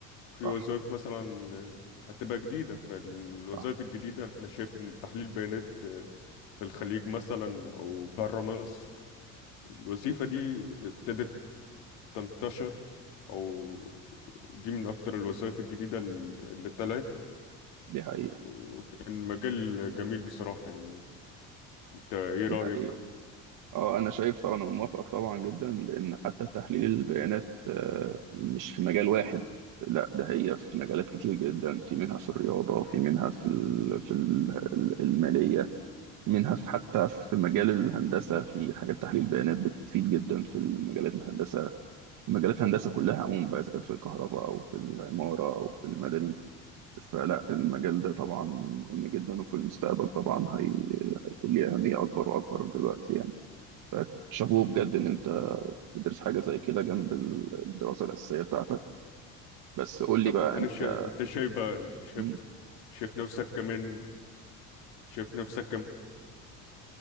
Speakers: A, on the left (about 75°); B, on the right (about 55°).
A: في
B: صح
A: وظائف مثلا هتبقى جديده فالوظائف
B: صح
A: الجديده انا شايف ان تحليل بيانات في الخليج مثلا او بره مصر الوظيفه دي ابتدت تنتشر او دي من اكتر الوظائف الجديدة ال- اللي طلعت
B: دي حقيقة
A: وكان مجال جميل بصراحة يعني انت ايه
B: دي
A: رأيك
B: حقيقة اه انا شايف طبعا انا موافقك طبعا جدا لان حتى تحليل البيانات آه، مش في مجال واحد لا ده هي في مجالات كتير جدا في منها في الرياضة في منها في ال... في ال- المالية منها في حتى في مجال الهندسة في حاجات تحليل بيانات بتفيد جدا في المجالات الهندسة في مجالات الهندسة كلها عموما بقى إذا كان في الكهرباء أو في العمارة أو في المدني فلا المجال ده طبعا مهم جدا وفي المستقبل طبعا هي... هيكون ليه أهمية أكبر وأكبر دلوقتي يعني شابوه بجد إن أنت تدرس حاجة زي كده جنب الدراسة الأساسية بتاعتك بس قول لي
A: طب
B: بقى
A: انا
B: أنت
A: شا... انت شايف بقى شايف
B: مم.
A: شايف نفسك كمان شايف نفسك كمان